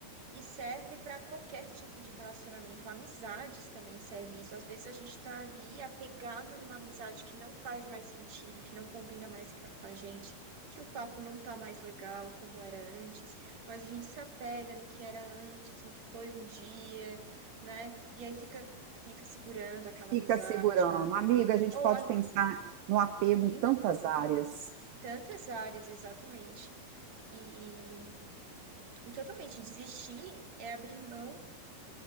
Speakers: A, on the right; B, on the right.
A: E serve para qualquer tipo de relacionamento, amizades também serve isso. Às vezes a gente está ali apegado numa amizade que não faz mais sentido, que não combina mais ca- com a gente, que o papo não tá mais legal como era antes, mas a gente se apega no que era antes, no que foi um dia, né? E aí fica, fica segurando aquela
B: Fica
A: amizade.
B: segurando. Amiga, a gente
A: Ou
B: pode
A: a-
B: pensar no apego
A: em
B: em tantas áreas.
A: tantas áreas, exatamente. E, e totalmente desistir é abrir mão